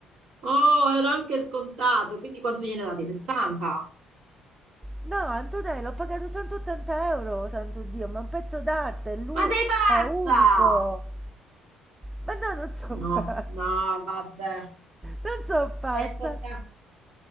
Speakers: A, on the right; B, on the right.
A: Oh, ero anche scontato, quindi quanto gliene date? 60?
B: No, Antonello, ho pagato 180 euro, santo Dio, ma è un pezzo d'arte, è, lu-
A: Ma sei pazza!
B: è unico. Ma no, non so
A: No,
B: pazza.
A: no, vabbè.
B: Non so pazza.
A: 180.